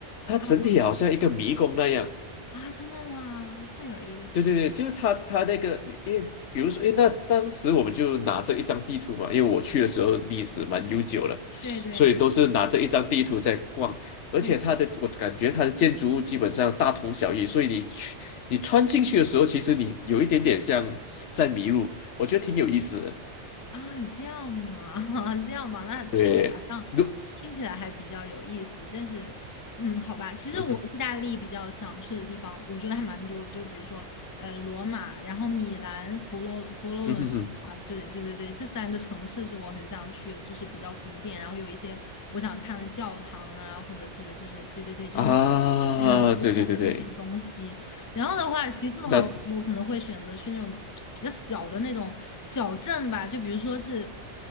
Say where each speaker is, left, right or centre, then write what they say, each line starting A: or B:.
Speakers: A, on the left; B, on the left.
A: 它整体好像一个迷宫那样。
B: 呃啊，真的吗？这么有意思。
A: 对对对，就是它它那个，因为比如说，诶，那当时我们就拿着一张地图嘛，因为我去的时候历史蛮悠久了，
B: 对对对
A: 所以都是拿着一张地图在逛。而且它的，
B: 对
A: 我感觉它的建筑物基本上大同小异，所以你去你穿进去的时候，其实你有一点点像在迷路，我觉得挺有意思的。
B: 啊，这样嘛，<laughs> 这样嘛，那确实好像听起来还比较有意思。
A: 对，如
B: 但是，嗯，好吧，其实我意大利比较想去的地方，
A: 嗯哼
B: 我觉得还蛮多，就比如说，呃，罗马，然后米兰、佛罗佛罗伦啊，
A: 嗯哼哼。
B: 对对对对，这三个城市是我很想去的，就是比较古典，然后有一些我想看的教堂啊，或者是就是对对对，就是
A: 啊，
B: 很古典的那些东西。
A: 对对对对，
B: 然后的话，其次的话，
A: 那
B: 我我可能会选择去那种比较小的那种小镇吧，就比如说是，